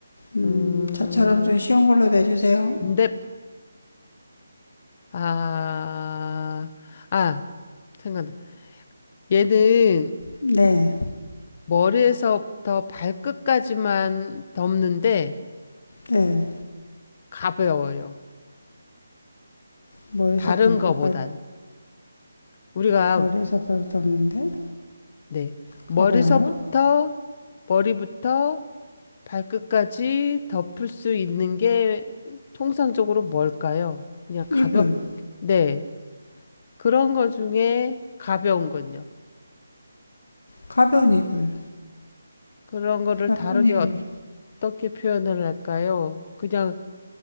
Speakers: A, on the left; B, on the left.
A: 음,
B: 음,
A: 저처럼 좀 쉬운 걸로 내주세요.
B: 넵. 아, 아, 생각나. 얘는
A: 네,
B: 머리에서부터 발끝까지만 덮는데
A: 네.
B: 가벼워요.
A: 머리에서
B: 다른
A: 발끝까지,
B: 거보단. 우리가
A: 머리에서 발끝 없는데?
B: 네. 머리서부터,
A: 가벼워요?
B: 머리부터 발끝까지 덮을 수 있는 게 통상적으로 뭘까요? 그냥 가볍,
A: 이불.
B: 네. 그런 거 중에 가벼운 건요.
A: 가벼운 이불.
B: 그런 거를
A: 얇은
B: 다르게
A: 이불.
B: 어떻게 표현을 할까요? 그냥